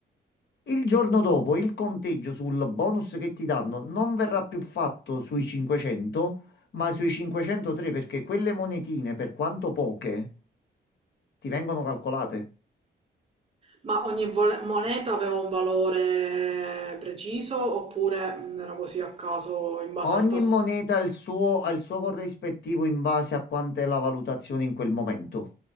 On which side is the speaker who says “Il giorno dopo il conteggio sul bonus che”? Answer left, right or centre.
Left